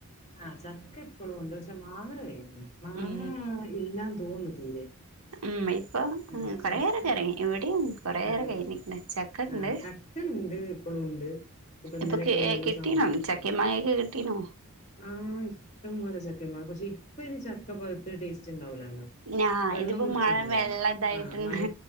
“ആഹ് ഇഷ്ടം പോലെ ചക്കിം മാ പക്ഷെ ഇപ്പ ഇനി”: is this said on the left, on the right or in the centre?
Left